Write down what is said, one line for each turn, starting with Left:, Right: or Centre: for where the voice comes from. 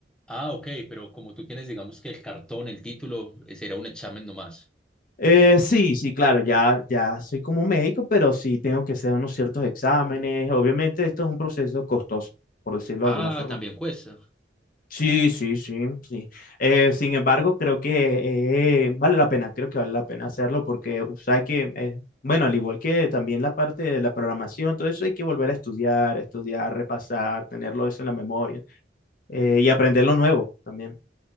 Centre: Ah, ok, pero como tú tienes, digamos que el cartón, el título, eh, será un examen nomás.
Left: Eh, sí, sí, claro, ya, ya soy como médico, pero sí tengo que hacer unos ciertos exámenes. Obviamente esto es un proceso costoso, por decirlo
Centre: Ah,
Left: de alguna forma.
Centre: también cuesta.
Left: Sí, sí, sí, sí. Eh, sin embargo, creo que eh, vale la pena, creo que vale la pena hacerlo porque, o sea, hay que, eh, bueno, al igual que también la parte de la programación, todo eso hay que volver a estudiar, estudiar, repasar, tenerlo eso en la memoria eh, y aprender lo nuevo también.